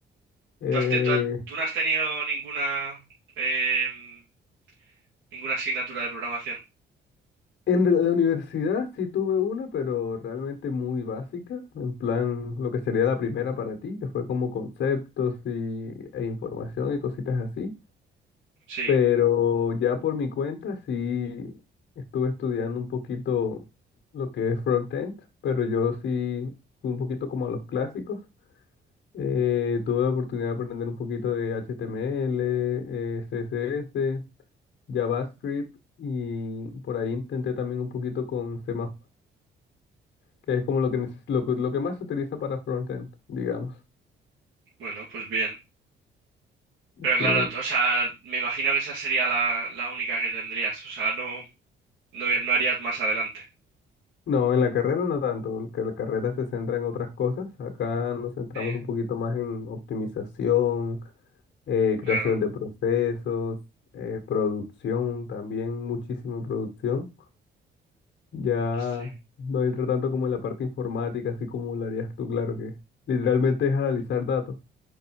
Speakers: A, on the right (about 75°); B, on the left (about 65°).
A: <laughs>
B: eh,
A: ¿Tú has te- tú, has- tú no has tenido ninguna, em, ninguna asignatura de programación?
B: en la universidad sí tuve una, pero realmente muy básica, en plan lo que sería la primera para ti, que fue como conceptos y, e información y cositas así.
A: Sí,
B: Pero ya por mi cuenta sí estuve estudiando un poquito lo que es frontend, pero yo sí fui un poquito como a los clásicos. Eh, tuve la oportunidad de aprender un poquito de HTML, eh, CSS, JavaScript y por ahí intenté también un poquito con C++, que es como lo que, neces- lo, que lo que más se utiliza para frontend, digamos.
A: bueno, pues bien. Pero
B: Sí.
A: claro, o sea, me imagino que esa sería la, la única que tendrías. O sea, no, no, no harías más adelante.
B: No, en la carrera no tanto, porque la carrera se centra en otras cosas. Acá nos centramos
A: Sí,
B: un poquito más en optimización, eh, creación
A: claro.
B: de procesos, eh, producción, también muchísima producción. Ya
A: Sí.
B: no entra tanto como en la parte informática, así como lo harías tú, claro que literalmente es analizar datos.